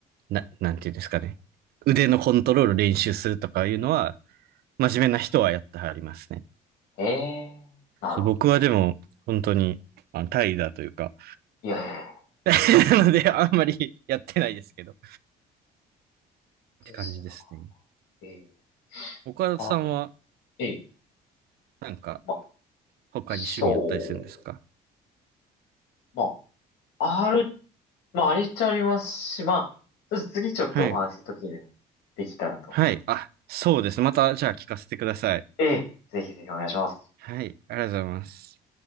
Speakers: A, on the right; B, on the left.
A: な、なんていうんですかね。腕のコントロール練習するとかいうのは、真面目な人はやってはりますね。
B: え、ええ、なるほど、
A: そう僕はでも、
B: なるほ
A: 本当に、あ怠惰というか、
B: ど。いやいや、い
A: <laughs> なので、あんまり <laughs> やってないですけど、っ
B: いですね、
A: て感じですね。
B: なんか、ええ、
A: 岡田さんは、
B: なかなかじゃ、ええ、
A: なんか、
B: まあ、
A: 他に趣味やったりするんですか
B: そう、まあ、ある、まあ、ありっちゃありますし、まあ、ちょっと次ちょっとお話しするときにでもできたらと思います。
A: はい。はい。あ、そうです。また、じゃあ聞かせてください。
B: ええ、ぜひぜひお願いします。
A: はい。ありがとうございます。